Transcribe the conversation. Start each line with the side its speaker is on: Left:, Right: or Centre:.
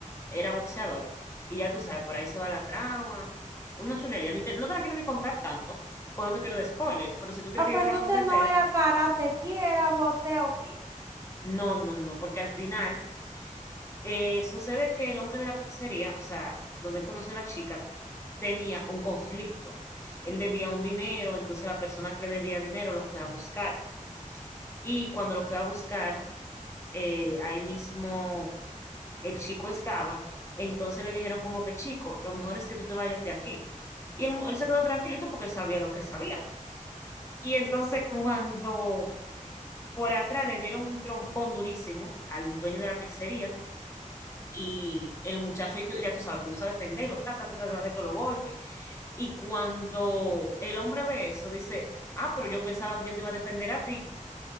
Left: era boxeador. Y ya tú sabes, por ahí se va la trama. Una chulería. Ni te- no te la quiero ni contar tanto, pues no te quiero de spoiler, pero si tú quieres
Right: Ah,
Left: que
Right: pues
Left: yo te
Right: entonces
Left: la cuente entera,
Right: no era karate ki, era boxeo ki.
Left: no, no, no, no, porque al final Eh, sucede que el hombre de la pizzería, o sea, donde él conoció a la chica, tenía un conflicto. Él debía un dinero, entonces la persona que le debía dinero lo fue a buscar. Y cuando lo fue a buscar, eh, ahí mismo el chico estaba. Entonces le dijeron como que, chico, lo mejor es que tú te vayas de aquí. Y él, él se quedó tranquilito porque él sabía lo que él sabía. Y entonces cuando
Right: Ajá.
Left: por atrás le dieron un trompón durísimo al dueño de la pizzería, y el muchacho, ya tú sabes, comienza a defenderlo, ta, ta, ta, ta, darle todos los golpes. Y cuando el hombre ve eso, dice, ah, pero yo pensaba que yo te iba a defender a ti.